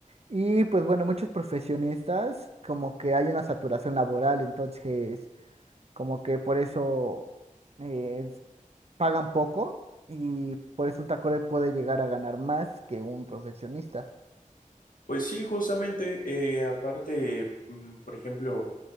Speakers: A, on the right; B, on the left.
A: Y pues bueno, muchos profesionistas, como que hay una saturación laboral, entonces como que por eso eh, pagan poco y por eso un taco puede llegar a ganar más que un profesionista.
B: Pues sí, justamente, eh, aparte, mm, por ejemplo,